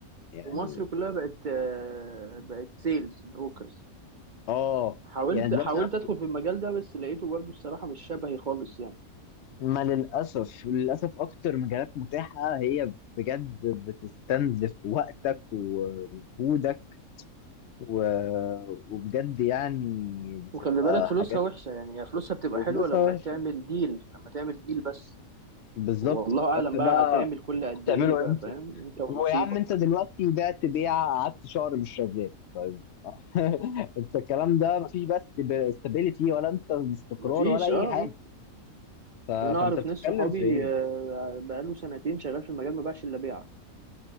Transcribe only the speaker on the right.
ومصر كلها بقت آه، بقت سيلز بروكرز
حاولت
حاولت
ادخل في المجال ده بس لقيته برضه الصراحه مش شبهي خالص يعني
وخلي بالك فلوسها
وحشه يعني هي فلوسها بتبقى
حلوه لما
تعمل ديل لما تعمل ديل بس
والله اعلم
بقى هتعمل كل قد
ايه بقى
فاهم انت ونصيبك
مفيش
اه اه
يعني انا اعرف
ناس صحابي
آه، بقاله سنتين شغال في المجال ما باعش الا بيعه